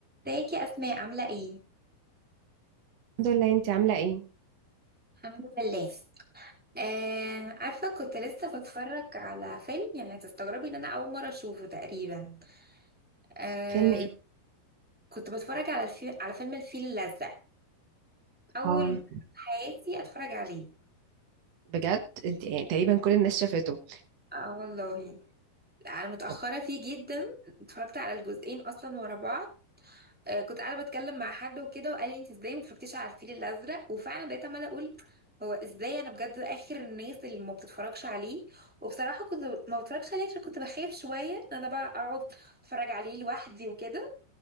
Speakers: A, in the centre; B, on the right.
A: ازيك يا اسماء عامله ايه
B: الحمد لله انت عاملة ايه؟
A: الحمد لله آه عارفه كنت لسه بتفرج على فيلم يعني هتستغربي ان انا اول مره اشوفه تقريبا آه
B: فيلم ايه؟
A: كنت بتفرج على الفيل على فيلم الفيل الازرق اول
B: اه
A: مره في حياتي اتفرج عليه
B: بجد انت يعني تقريبا كل الناس شافته
A: اه والله انا متاخره
B: طب
A: فيه جدا اتفرجت على الجزئين اصلا ورا بعض آه، كنت قاعده بتكلم مع حد وكده وقال لي انت ازاي ما اتفرجتيش على الفيل الازرق وفعلا بقيت عماله اقول هو ازاي انا بجد اخر الناس اللي ما بتتفرجش عليه وبصراحه كنت ما بتفرجش عليه عشان كنت بخاف شويه ان انا بقى اقعد اتفرج عليه لوحدي وكده